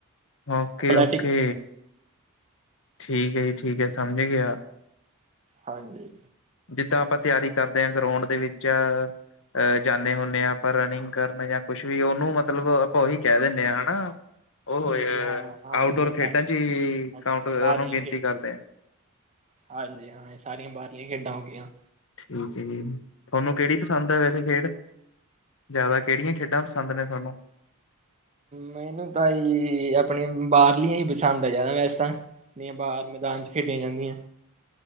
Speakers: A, on the left (about 60°); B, on the right (about 30°).
A: ਓਕੇ-
B: ਅਥਲੈਟਿਕਸ
A: ਓਕੇ। ਠੀਕ ਹੈ ਜੀ, ਠੀਕ ਹੈ ਸਮਝ ਗਿਆ।
B: ਹਾਂਜੀ।
A: ਜਿੱਦਾਂ ਆਪਾਂ ਤਿਆਰੀ ਕਰਦੇ ਆ, ਗਰਾਊਂਡ ਦੇ ਵਿੱਚ ਅਹ ਜਾਣੇ ਹੁਨੇ ਹਾਂ, ਆਪਾਂ ਰਨਿੰਗ ਕਰਨ ਜਾਂ ਕੁੱਛ ਵੀ, ਉਹਨੂੰ ਮਤਲਬ ਆਪਾਂ ਉਹੀ ਕਹਿ ਦਿੰਦੇ ਆ ਹਨਾ ਉਹ ਹੋ
B: ਹਾਂਜੀ
A: ਯਰ,
B: ਹਾਂ ਹਾਂਜੀ
A: ਆਊਟਡੋਰ
B: ਉਹ ਸਾਰੀ
A: ਖੇਡਾਂ ਚ ਹੀ
B: ਹਾਂਜੀ
A: ਕਾਉਟ
B: ਬਾਹਰਲੀਆਂ
A: ਨੂੰ ਗਿਣਤੀ
B: ਖੇਡਾਂ
A: ਆ ਕਰਦੇ ਆ।
B: ਹਾਂਜੀ ਹਾਂ, ਇਹ ਸਾਰੀਆਂ ਬਾਹਰਲੀਆਂ ਖੇਡਾਂ ਹੋ ਗਈਆ।
A: ਠੀਕ ਹੈ ਜੀ, ਤੁਹਾਨੂੰ ਕਿਹੜੀ ਪਸੰਦ ਹੈ ਵੈਸੇ ਖੇਡ। ਜਾਦਾ ਕੇੜੀਆਂ ਖੇਡਾਂ ਪਸੰਦ ਨੇ ਤੁਆਨੂੰ?
B: ਮੈਨੂੰ ਤਾਂ ਯੀ, ਆਪਨੀ ਬਾਰਲੀਆਂ ਈ ਪਸੰਦ ਐ ਜਾਦਾ ਵੈਸੇ ਤਾਂ। ਨੀਆਂ, ਬਾਰ ਮੈਦਾਨ 'ਚ ਖੇਡੀਆਂ ਜਾਂਦੀਐ।